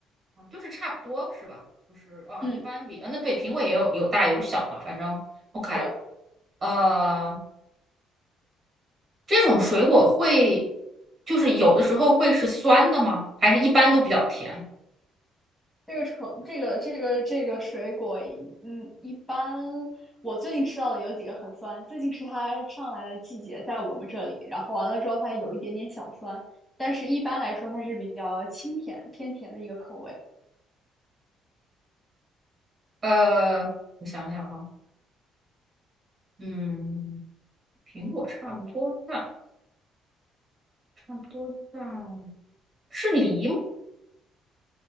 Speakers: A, on the right (about 35°); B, in the centre.
A: 就是差不多是吧？就是啊，
B: 嗯，
A: 一般比啊，那对，苹果也有有大有小嘛，反正 OK，
B: 对，
A: 呃，这种水果会就是有的时候会是酸的吗？还是一般都比较甜？
B: 这个橙，这个这个这个水果一嗯，一般我最近吃到的有几个很酸，最近是它上来的季节，在我们这里，然后完了之后它有一点点小酸，但是一般来说它是比较清甜偏甜的一个口味，
A: 呃，我想想啊，嗯，苹果差不多大，差不多大，是梨吗？